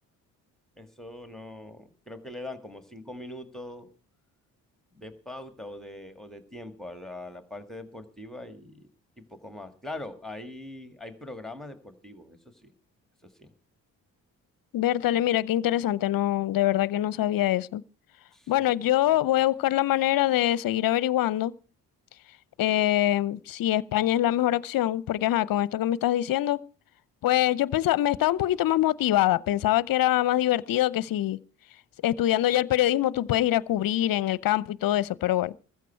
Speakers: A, in the centre; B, on the left.
A: Eso no, creo que le dan como cinco minutos de pauta o de, o de tiempo a la, a la parte deportiva y, y poco más. Claro, hay, hay programas deportivos, eso sí, eso sí.
B: Bertale, mira, qué interesante, no, de verdad que no sabía eso.
A: Sí,
B: Bueno, yo
A: sí.
B: voy a buscar la manera de seguir averiguando eh, si España es la mejor opción, porque ajá, con esto que me estás diciendo, pues yo pensaba, me estaba un poquito más motivada, pensaba que era más divertido que si estudiando ya el periodismo tú puedes ir a cubrir en el campo y todo eso, pero bueno.